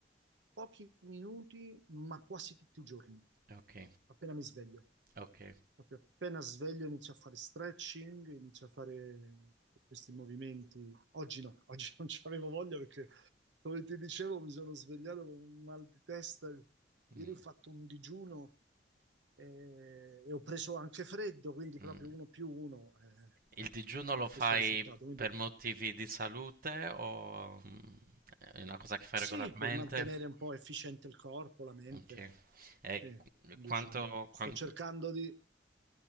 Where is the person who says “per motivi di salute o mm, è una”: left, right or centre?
Right